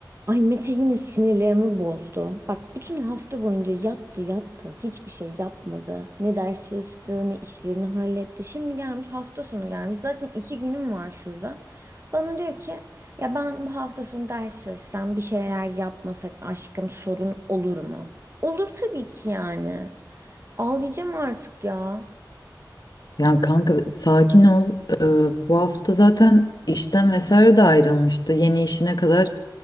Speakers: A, on the right; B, on the left.
A: Ay Mete yine sinirlerimi bozdu. Bak bütün hafta boyunca yattı yattı. Hiçbir şey yapmadı. Ne ders çalıştı ne işlerini halletti. Şimdi gelmiş hafta sonu gelmiş. Zaten iki günüm var şurada. Bana diyor ki ya ben bu hafta sonu ders çalışsam bir şeyler yapmasak aşkım sorun olur mu? Olur tabii ki yani. Ağlayacağım artık ya.
B: Ya kanka sakin ol. Ee, bu hafta zaten işten vesaire de ayrılmıştı. Yeni işine kadar